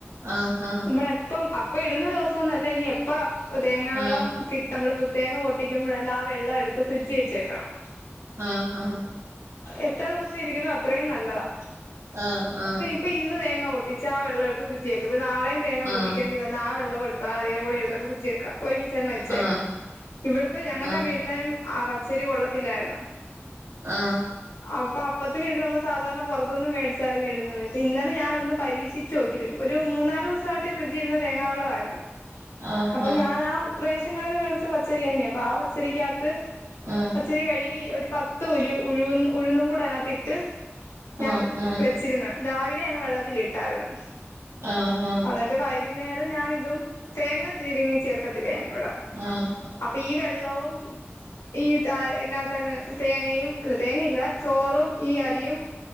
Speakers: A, on the right; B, on the left.
A: ആഹ് ആഹ്
B: മളേ എപ്പം അപ്പ ഇടുന്ന ദിവസം എന്നല്ല ഇനി എപ്പ അഹ് തേങ്ങ വെള്ളം
A: ആഹ്
B: കി നമ്മള്പ്പം തേങ്ങ പൊട്ടിക്കുമ്പോഴാലും ആഹ് വെള്ളം എടുത്ത് ഫ്രിഡ്ജി വെച്ചേക്കണം
A: ആഹ് ആഹ്
B: എത്ര ദിവസം ഇരിക്കുന്നോ അത്രയും നല്ലതാ
A: ആഹ് ആഹ്
B: ഇപ്പി ഇന്ന് തേങ്ങ പൊട്ടിച്ച ആഹ് വെള്ളം എടുത്ത് ഫ്രഡ്ജിവെക്കും ഇപ്പ നാളെയും തേങ്ങ പൊട്ടിക്കേണ്ടിവന്ന
A: ആഹ്
B: ആഹ് വെള്ളം എടുത്ത് താഴെ പൊളി എടുത്തക്ക് ഫ്രഡ്ജി വെക്ക ഒരുമിച്ച് അങ്ങ് വെച്ചേക്കണം
A: ആഹ് ആഹ്
B: ഇടുത്തെ ഞങ്ങളടെ
A: ആഹ്
B: വീട്ടിലെയും ആഹ് പച്ചരി കൊള്ളത്തില്ലായിരുന്നു
A: ആഹ്
B: അപ്പൊ അപ്പത്തിനെണ്ട് നമ്മൾ സാധാരണ പൊറത്തുന്ന് മേടിച്ചായിരുന്നു ഇടുന്നത് ഇന്നലെ ഞാൻ ഒന്ന് പരീഷി ച്ചു നോക്കി ഒരും മൂന്നാല് ഊസായിട്ട് ഫ്രിഡ്ജി ഇരുന്ന തേങ്ങാവെള്ള ആയിരുന്നു
A: ആഹ്
B: അപ്പൊ
A: ആഹ് ആഹ്
B: ഞാൻ ആഹ് റേഷൻ കടേന്ന് വേ ച്ച പച്ചരി തന്നെ അപ്പ ആ പച്ചരിക്കകത്ത്
A: ആഹ്
B: പച്ചരി കഴുകി ഒരു പത്ത് ഉരു ഉഴുന്ന് ഉഴുന്നും കൂടെ അതിനകത്തി ഇട്ട് ഞാൻ
A: ആഹ് ആഹ് ആഹ് ആഹ്
B: വെച്ചിര്ന്ന് രാവിലെ അങ്ങ് വെള്ളത്തില് ഇട്ടായിര്ന്ന്
A: ആ ആ
B: അന്ന്ട്ട് വൈകുന്നേരം ഞാനിതും തേങ്ങ തിരിങ്ങി ചേർ ക്കത്തില്ലെ എന്നോട
A: ആഹ് ആഹ്
B: അപ്പൊ ഈ വെള്ളവും ഈ താ ഇന്നാത്തങ്ങ് തേങ്ങയും അല്ല തേങ്ങയില്ല ചോറും ഈ അരിയും